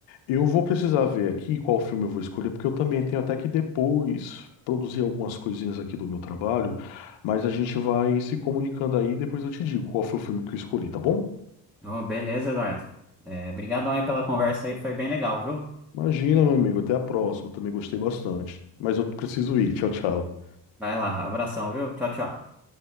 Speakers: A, on the left; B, in the centre.
A: Eu vou precisar ver aqui qual filme eu vou escolher, porque eu também tenho até que depois produzir algumas coisinhas aqui do meu trabalho, mas a gente vai se comunicando aí e depois eu te digo qual foi o filme que eu escolhi, tá bom?
B: Oh, beleza, Eduardo. É, obrigadão aí pela conversa aí, foi bem legal, viu?
A: Imagina, meu amigo, até a próxima, eu também gostei bastante. Mas eu preciso ir, tchau, tchau.
B: Vai lá, abração, viu? Tchau, tchau.